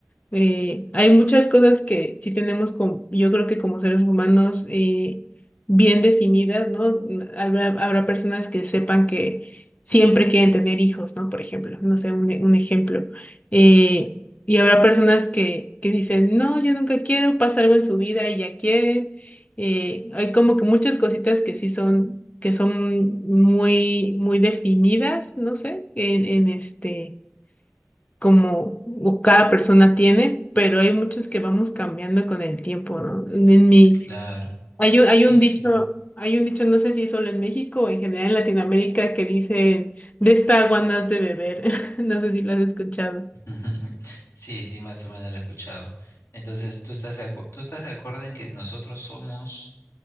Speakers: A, on the left; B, on the left.
A: Eh, hay muchas cosas que sí tenemos, como, yo creo que como seres humanos, eh, bien definidas, ¿no? Habrá, habrá personas que sepan que siempre quieren tener hijos, ¿no? Por ejemplo, no sé, un, e- un ejemplo. Eh, y habrá personas que, que dicen, no, yo nunca quiero, pasa algo en su vida y ya quieren. Eh, hay como que muchas cositas que sí son, que son muy, muy definidas, no sé, en, en este como o cada persona tiene, pero hay muchos que vamos cambiando con el tiempo, ¿no? En mi,
B: Claro,
A: hay un, hay
B: sí,
A: un
B: sí.
A: dicho, hay un dicho, no sé si solo en México o en general en Latinoamérica, que dicen, de esta agua no has de beber. <laughs> No sé si lo has escuchado.
B: <laughs> Sí, sí, más o menos lo he escuchado. Entonces, ¿tú estás de acu- tú estás de acuerdo en que nosotros somos